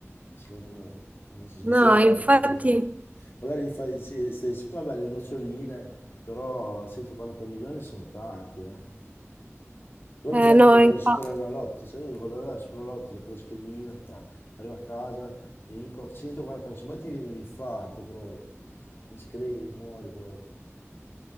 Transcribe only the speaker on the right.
No,
infatti,
Eh,
no,
infatti.